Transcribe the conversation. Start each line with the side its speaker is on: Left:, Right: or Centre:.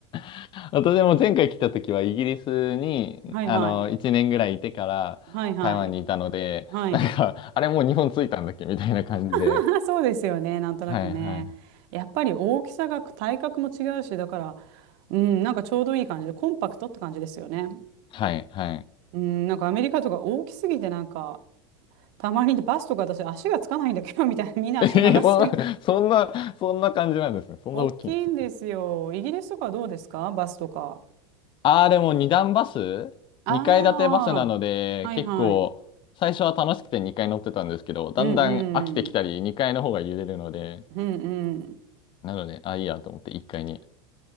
Left: <laughs> 私も前回来た時はイギリスに、
Right: はいはい。
Left: あの、1年ぐらいいてから台湾にいたので、
Right: はいはい。はい。
Left: なんか、あれもう日本着いたんだっけみたいな感じで。
Right: <laughs> そうですよね。なんとなくね。
Left: はいはい。
Right: やっぱり大きさが体格も違うし、だから、うん、なんかちょうどいい感じで、コンパクトって感じですよね。
Left: はいはい。
Right: うん、なんかアメリカとか大きすぎて、なんか、たまにバスとか私足がつかないんだけど、みたいな、みんな足長すぎ。
Left: <laughs> えー、そんな、そんな、そんな感じなんですね。そんな大きいんですね。
Right: 大きいんですよ。イギリスとかどうですかバスとか。
Left: ああ、でも二段バス二階建てバスなので、
Right: ああ、はいはい。
Left: 結構、最初は楽しくて二階乗ってたんですけど、だんだん飽きてきたり、
Right: うんうんうん。
Left: 二階の方が揺れるので、
Right: うんうん。
Left: なので、あ、いいやと思って一階に